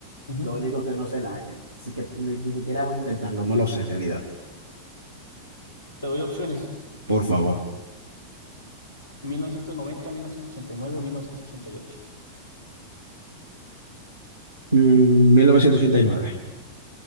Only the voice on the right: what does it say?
Lo único que no sé el año. Así que ni, ni siquiera voy a intentarlo. No lo sé en realidad.
Por favor.
Mm, 1989.